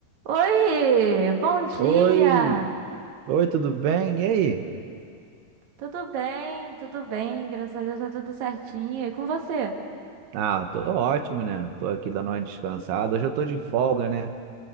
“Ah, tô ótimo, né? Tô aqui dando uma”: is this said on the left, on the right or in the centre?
Right